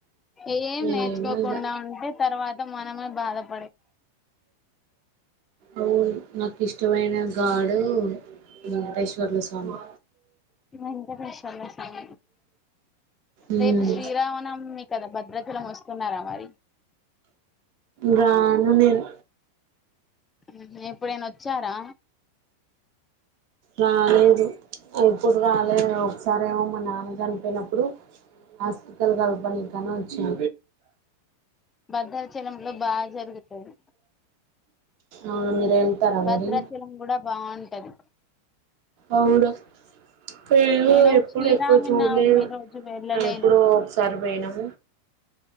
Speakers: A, on the left; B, on the right.
A: ఏం
B: ఏమో
A: నేర్చుకోకుండా
B: ఇగ
A: ఉంటే తర్వాత మనమే బాధప
B: అవు నాకు ఇష్టమైన గాడు వెంకటేశ్వర్ల స్వామి
A: ఎంత కషంది సంగ
B: మ్మ్
A: రేపు శ్రీరామనవమి కదా భద్రచలం వస్తున్నారా మరి
B: రాను నేన్
A: ఊహు ఇప్పుడేన వచ్చారా.
B: రాలేదు. ఎప్పుడు రాలేదు ఒకసారేమో మా నాన్న చనిపోయినప్పుడు. ఆస్తికల్ కాలపడానికనీ వచ్ చ్చిన
A: భద్ధర్ చ్ చలంలో బాగా జరుగుతది.
B: అవును మీరు వెళ్తారా
A: భద్రాచలం
B: మరి
A: కూడా బావుంటది.
B: అవునా <unintelligible>
A: నేను
B: ఎప్పుడు
A: శ్రీరామనవమి
B: ఎక్కువ చూడ్లేదు
A: రోజు వెళ్ళలేను
B: ఎప్పుడో ఒకసారి పోయిన్నాం.